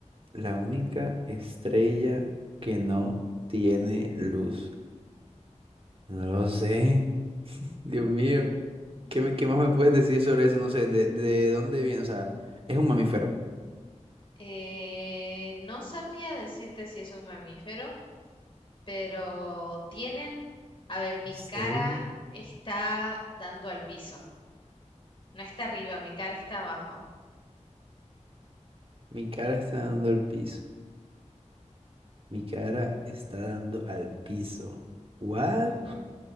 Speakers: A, on the right; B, on the left.
A: La única estrella que no tiene luz. No lo sé. Dios mío. ¿Qué, me- qué más me puedes decir sobre eso? No sé, ¿de, de dónde viene? O sea, es un mamífero.
B: Eh, no sabría decirte si es un mamífero, pero tienen... A ver, mi
A: Estrella.
B: cara está dando al piso. No está arriba, mi cara está abajo.
A: Mi cara está dando el piso. Mi cara está dando al piso. What?
B: Ujú.